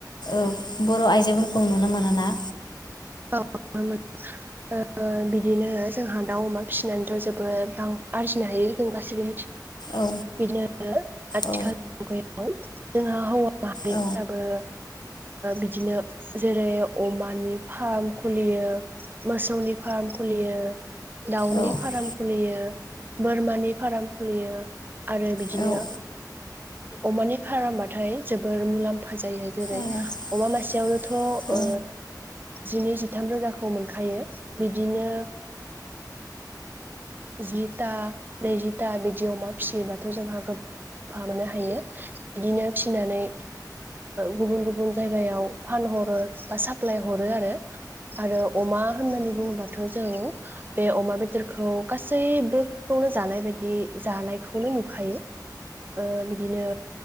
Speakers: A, on the left; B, on the right.
A: ओ बर' आइजोफोरखौ नुनो मोनोना?
B: औ ओ बिदिनो जोंहा दाउ अमा फिसिनानैथ जोबोद रां आरजिनो हायो जों गासिबो
A: औ
B: बिदिनो आथिखाल
A: औ
B: मुगायाव जोंहा हौवा माहारिफोराबो
A: औ
B: बिदिनो ओ जेरै अमानि फार्म खुलियो मोसौनि फार्म खुलियो दाउनि
A: औ
B: फाराम खुलियो बोरमानि फाराम खुलियो आरो बिदिनो
A: औ
B: अमानि फारामबाथाय जोबोर मुलाम फा जायो जेरै
A: औ
B: अमा मासेयावनोथ ओ
A: औ औ
B: जिनै जिथाम रोजाखौ मोनखायो बिदिनो जिथा नैजिथा बिदि अमा फिसियोब्लााथ जोंहा गोब फा मोननो हायो बिदिनो फिनानै गुबुन गुब बुन जायगायाव फानहरो बा साप्लाइ हरो आरो आरो अमा होननानै बुङोबा थ जों बे अमा बेदरखौ गासैबो खौनो जानाय बायदि जानायखौनो नुखायो। बिदिनो